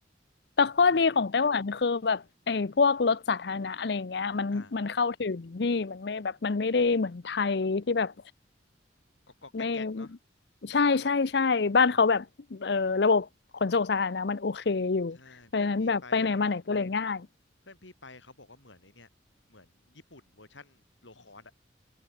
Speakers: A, on the left; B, on the left.
A: แต่ข้อดีของไต้หวันคือแบบไอ้พวกรถสาธารณะอะไรอย่างเงี้ยมันมันเข้าถึงดีมันไม่แบบมันไม่ได้เหมือนไทยที่แบบ
B: ก็เลยอ่ะก็ก็แก๊กแก๊กเนาะ
A: ไม่ใช่ใช่ใช่บ้านเขาแบบเออระบบขนส่งสาธารณะมันโอเคอยู่เพราะฉะนั้นแบบไปไหนมาไหนก็เลยง่าย
B: ใช่เพื่อนพี่ไปเขาบอกว่าเพื่อนพี่ไปเขาบอกว่าเหมือนไอ้เนี่ยเหมือนญี่ปุ่นเวอร์ชั่นโลคอสอ่ะ